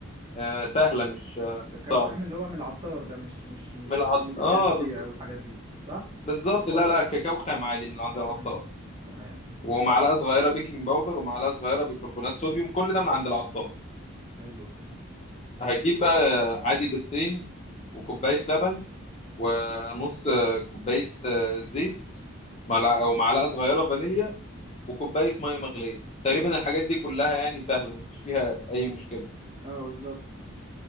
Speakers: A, on the left; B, on the right.
A: آه، سهلة مش آه، مش
B: كاكاو
A: صعبة
B: خام اللي هو من العطار ده مش مش مش
A: من العط...
B: زي
A: اه
B: كادري
A: بز...
B: أو الحاجات دي صح؟
A: بالظبط لا لا كاكاو خام عادي من عند العطار
B: تمام تمام
A: ومعلقة صغيرة بيكنج باودر ومعلقة صغيرة بيكربونات صوديوم كل ده من عند العطار
B: حلوة
A: هتجيب بقى عادي بيضتين وكوباية لبن ونص كوباية زيت ملع- أو معلقة صغيرة فانيليا وكوباية مية مغلية تقريبا الحاجات دي كلها يعني سهلة مفيش فيها أي مشكلة
B: اه بالظبط